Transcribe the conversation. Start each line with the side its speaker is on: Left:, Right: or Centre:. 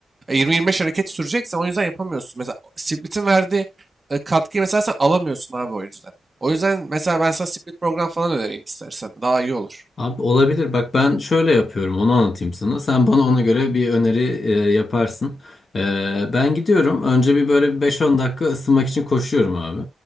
Right: E, 20-25 hareket süreceksen o yüzden yapamıyorsun. Mesela split'in verdiği e, katkıyı mesela sen alamıyorsun abi o yüzden. O yüzden mesela ben sana split program falan önereyim istersen. Daha iyi olur.
Left: Abi olabilir. Bak ben şöyle yapıyorum. Onu anlatayım sana. Sen bana ona göre bir öneri e, yaparsın. E, ben gidiyorum. Önce bir böyle bir 5-10 dakika ısınmak için koşuyorum abi.